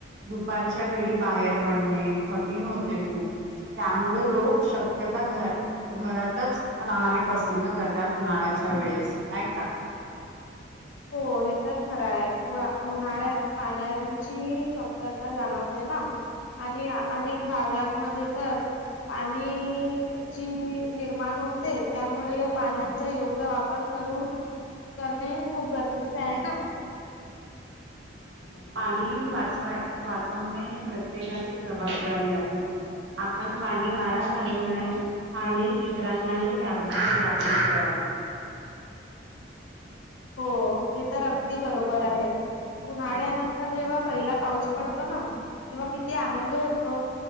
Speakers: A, on the right; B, on the left.
A: दुपारच्या वेळी बाहेर पडणे कठीण होते खूप त्यामुळे लोक शक्य घरातच राहणे पसंत करतात उन्हाळ्या अशा वेळेस आहे का
B: हो हे तर खरं आहे उ उन्हाळ्यात पाण्याची कमतरता जाणवते ना आणि अनेक भागांमध्ये तर पाणी ची निर्माण होते त्यामुळे पाण्याचा योग्य वापर करून करणे ह खूप गरजेचे आहे ना
A: पाणी वाचवा वाचवणे हे प्रत्येकाची जबाबदारी आहे आपण पाणी वाया घालू नये आणि इतरांनाही त्याबद्दल जागृत करावं
B: हो हे तर अगदी बरोबर आहे उन्हाळ्यानंतर जेव्हा पहिला पाऊस पडतो ना तेव्हा किती आनंद होतो